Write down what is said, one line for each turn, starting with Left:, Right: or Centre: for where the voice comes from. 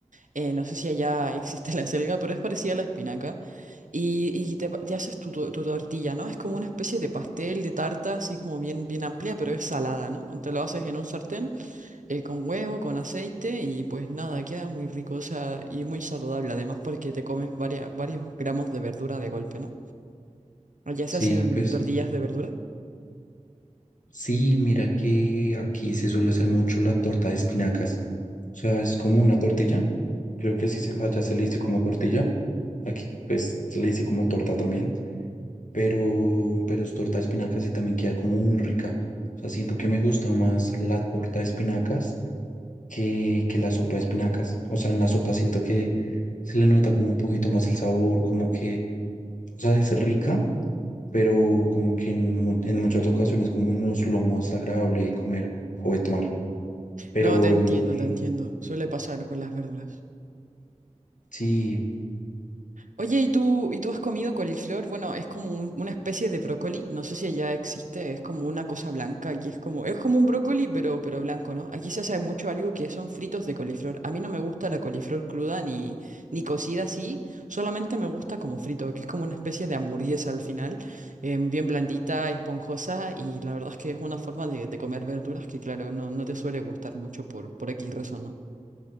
Right: Eh, no sé si allá existe <laughs> la acelga, pero es parecida a la espinaca. Y, y te, te haces tu, tu- tu tortilla, ¿no? Es como una especie de pastel, de tarta, así como bien, bien amplia, pero es salada, ¿no? Te lo haces en un sartén, eh, con huevo, con aceite y pues nada, queda muy rico, o sea, y muy saludable además porque te comes varias, varios gramos de verdura de golpe, ¿no? Allá se
Left: sí,
Right: hacen
Left: pues
Right: tortillas de verdura.
Left: Sí, mira que aquí se suele hacer mucho la torta de espinacas. O sea, es como una tortilla. Creo que así se, allá se le dice como tortilla. Aquí pues se le dice como torta también. Pero, pero es torta de espinacas y también queda como muy rica. O sea, siento que me gusta más la torta de espinacas que, que la sopa de espinacas. O sea, en la sopa siento que se le nota como un poquito más el sabor, como que, o sea, es rica pero como que en, mu- en muchas ocasiones como no es lo más agradable de comer o de tomar. Pero
Right: No, te entiendo,
Left: en,
Right: te
Left: eh,
Right: entiendo. Suele pasar con las verduras.
Left: sí,
Right: Oye, ¿y tú, y tú has comido coliflor? Bueno, es como un- una especie de brócoli, no sé si allá existe, es como una cosa blanca, que es como, es como un brócoli, pero, pero blanco, ¿no? Aquí se hace mucho algo que son fritos de coliflor. A mí no me gusta la coliflor cruda ni, ni cocida así, solamente me gusta como frito, que es como una especie de hamburguesa al final, eh, bien blandita, esponjosa, y la verdad es que es una forma de, de comer verduras que, claro, no, no te suele gustar mucho por, por X razón, ¿no?